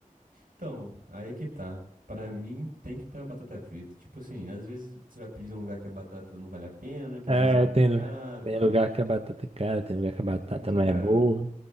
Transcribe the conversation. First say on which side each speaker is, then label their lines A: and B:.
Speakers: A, on the right (about 85°); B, on the right (about 45°).
A: Então, aí que tá. Pra mim, tem que ter uma batata frita. Tipo assim, às vezes você vai pedir num lugar que a batata não vale a pena, que
B: É,
A: às vezes é muito
B: tem,
A: caro,
B: lu- tem
A: pá.
B: lugar que a batata é cara, tem lugar que a batata
A: É muito
B: não
A: caro.
B: é boa.